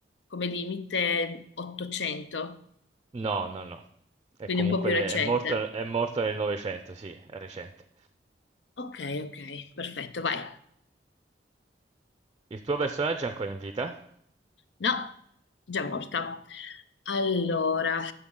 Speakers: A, on the left; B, on the right.
A: come limite 800,
B: No, no, no. È
A: quindi
B: comunque
A: un po' più
B: ne-
A: recente.
B: è morto, è morto nel Novecento, sì, è recente.
A: Ok, ok, perfetto, vai.
B: Il tuo personaggio è ancora in vita?
A: No, già morta. Allora, ah,